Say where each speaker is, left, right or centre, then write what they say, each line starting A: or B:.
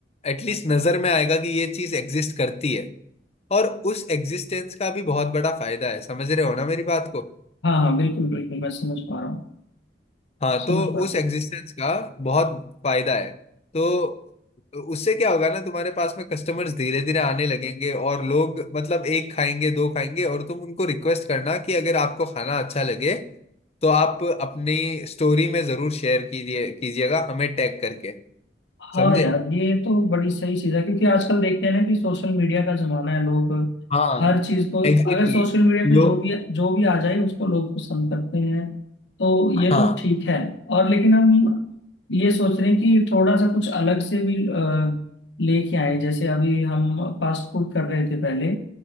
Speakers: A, on the left; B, on the left.
A: एटलीस्ट नजर में आएगा कि ये चीज एग्जिस्ट करती है और उस एग्जिस्टेंस का भी बहुत बड़ा फायदा है समझ रहे हो ना मेरी बात को
B: हाँ हाँ बिल्कुल बिल्कुल मैं समझ पा रहा हूँ
A: हाँ
B: समझ
A: तो
B: पा रहा
A: उस
B: हूँ
A: एग्जिस्टेंस का बहुत फायदा है तो उससे क्या होगा ना तुम्हारे पास में कस्टमर्स धीरे धीरे आने लगेंगे और लोग मतलब एक खाएंगे दो खाएंगे और तुम उनको रिक्वेस्ट करना कि अगर आपको खाना अच्छा लगे तो आप अपनी स्टोरी में जरूर शेयर कीजिए कीजिएगा हमें टैग करके
B: हाँ
A: समझे
B: यार ये तो बड़ी सही चीज़ है क्योंकि आजकल देखते हैं ना कि सोशल मीडिया का जमाना है लोग
A: हाँ
B: हर चीज़ को
A: एग्जैक्टली
B: अगर सोशल मीडिया पे
A: लोग
B: जो भी जो भी आ जाए उसको लोग पसंद करते हैं तो ये
A: हाँ
B: तो ठीक है और लेकिन हम ये सोच रहे हैं कि थोड़ा सा कुछ अलग से भी अ, लेके आए जैसे अभी हम फास्ट फूड कर रहे थे पहले